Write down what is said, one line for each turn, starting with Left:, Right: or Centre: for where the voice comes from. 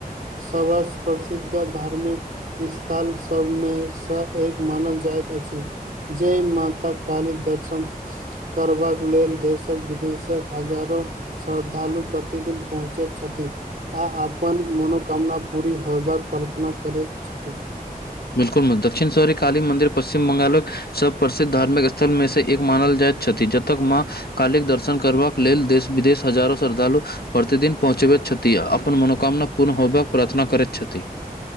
Right: सवसं प्रसिद्ध धार्मिक स्थल सबमे सँ एक मानल जाइत अछि। जय माता काली दर्शन करबाक लेल देशक विदेशक हजारो श्रद्धालु प्रतिदिन पहुँचैत छथि। आ अपन मनोकामना पूरी होयबाक प्रार्थना करैत छथि।
Left: बिल्कुल मित्र दक्षिणेश्वरी काली मन्दिर पश्चिम बंगालक सब सं प्रसिद्ध धार्मिक स्थलमें से एक मानल जाइत छथि जतऽ मा काली दर्शन करबाक लेल देश विदेश हजारो श्रद्धालु प्रतिदिन पहुँचैत छथि आ अपन मनोकामना पूर्ण होबाक प्रार्थना करैत छथि।